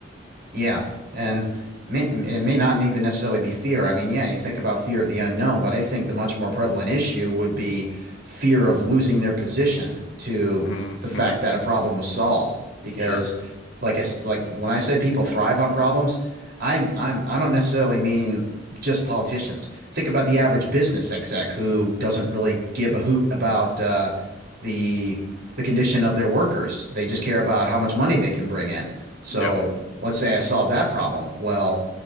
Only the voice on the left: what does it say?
Mhm,
mhm.
Sure.
Yep.